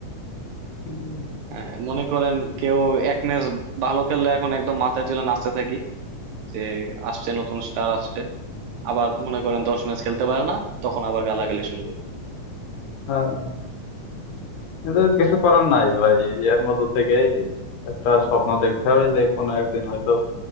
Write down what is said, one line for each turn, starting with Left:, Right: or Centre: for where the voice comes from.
Left: উম,
Right: আহ, মনে করেন কেউ এক ম্যাচ ভালো খেললে এখন একদম মাথায় তুলে নাচতে থাকি যে আসছে নতুন স্টার আসছে আবার মনে করেন দশ ম্যাচ খেলতে পারে না তখন আবার গালাগালি শুরু করে
Left: হ্যাঁ কিন্তু কিছু করার নাই ভাই এর মধ্যে থেকেই একটা স্বপ্ন দেখতে হবে যে কোনো একদিন হয়তো